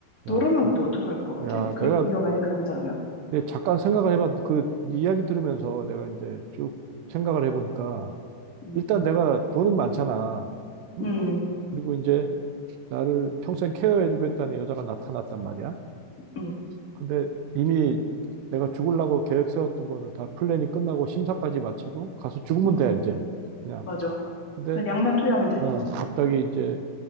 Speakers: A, on the left (about 25°); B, on the right (about 85°).
A: 너라면
B: 야, 그-
A: 근데 어떻게 할 것 같아?
B: 야,
A: 그
B: 내가
A: 네가 만약 그 남자라면
B: 근데 잠깐 생각을 해봤는데 그 이야기 들으면서 내가 이제 쭉 생각을 해보니까
A: 음,
B: 일단 내가 돈은 많잖아. 응?
A: 음,
B: 그리고 이제 나를 평생 케어해주겠다는 여자가 나타났단 말이야.
A: 음,
B: 근데 이미 내가 죽으려고 계획 세웠던 거는 다 플랜이 끝나고 심사까지 마치고 가서 죽으면
A: 음,
B: 돼,
A: 음.
B: 이제. 그냥.
A: 맞아.
B: 근데,
A: 그냥 약만 투여하면 돼.
B: 어,
A: 어,
B: 갑자기 이제